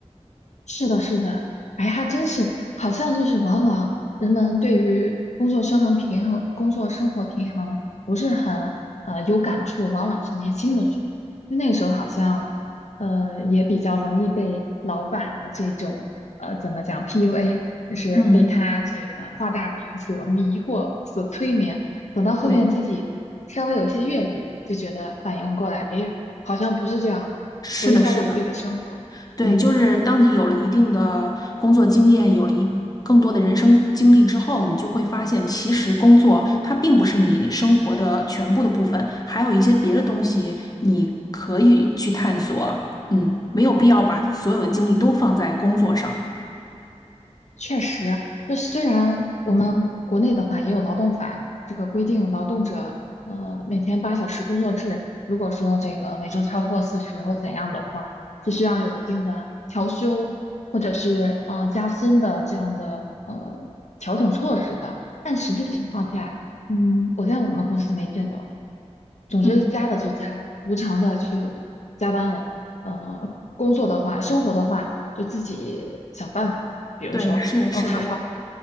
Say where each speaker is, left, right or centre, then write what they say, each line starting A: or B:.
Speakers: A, on the left (about 80°); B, on the left (about 35°).
A: 是的，是的，哎，还真是，好像就是往往人们对于工作生衡平衡、工作生活平衡不是很呃有感触，往往是年轻的时候，因为那个时候好像呃也比较容易被老板的这种呃怎么讲 PUA，就是被他这个画大饼所迷惑、
B: 嗯，
A: 所催眠。等到后面自己稍微有一些阅历，
B: 对，
A: 就觉得反应过来，哎，好像不是这样，
B: 是的，
A: 我应该有自己的生活，
B: 是的。对，
A: 嗯。
B: 就是当你有了一定的工作经验，有了一更多的人生经历之后，你就会发现，其实工作它并不是你生活的全部的部分，还有一些别的东西你可以去探索。嗯，没有必要把所有的精力都放在工作上。
A: 确实，那虽然我们国内的话也有劳动法这个规定，劳动者呃每天八小时工作制，如果说这个每周超过四十或怎样的话，是需要有一定的调休或者是呃加薪的这样的呃调整措施的。但实际情况下，嗯，我在我们公司没见到。总之加了就加了，
B: 嗯，
A: 无偿的就加班了。呃，工作的话，生活的话，就自己想办法。比如说，
B: 对，是的，是的，
A: 哦，还好，
B: 我。